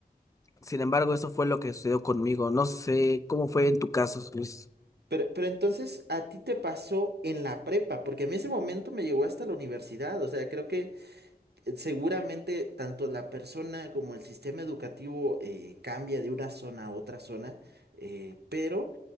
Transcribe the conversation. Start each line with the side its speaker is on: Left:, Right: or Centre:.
Left: Sin embargo, eso fue lo que sucedió conmigo. No sé cómo fue en tu caso, Luis.
Right: Pero, pero entonces a ti te pasó en la prepa, porque a mí ese momento me llegó hasta la universidad. O sea, creo que seguramente tanto la persona como el sistema educativo eh, cambia de una zona a otra zona, eh, pero